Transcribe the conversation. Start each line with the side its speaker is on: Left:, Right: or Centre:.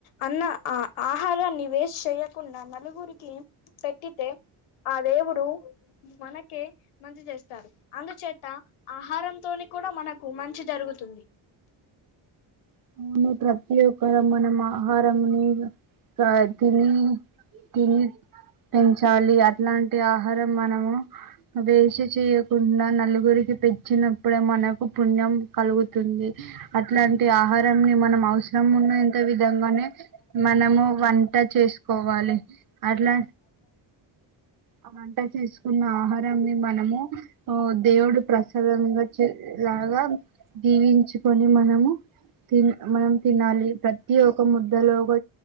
Left: అన్న ఆ ఆహారాన్ని వేస్ట్ చెయ్యకుండా నలుగురికి పెట్టితే ఆ దేవుడు మనకే మంచి చేస్తారు అందుచేత ఆహారంతోని కూడా మనకు మంచి జరుగుతుంది
Right: <inaudible> ప్రతి ఒక్క మనం ఆహారం ని కా తిని తిని పెంచాలి అట్లాంటి ఆహారం మనము వేస్ట్ చెయ్య కుండా నలుగురికి పెచ్చినప్పుడే మనకు పుణ్యం కలుగుతుంది అట్లాంటి ఆహార్ నం పి మనం అవసరం ఉన్నంత విధంగానే మనము వంట చేసుకోవాలి అట్లా అ వంట చేసుకున్న ఆహారాన్ని మనము ఓద్ దేవుని ప్రసాదంగా లాగా జీవించుకొని మనము తిన్ మనం తినాలి ప్రతి ఒక ముద్దలో ఒక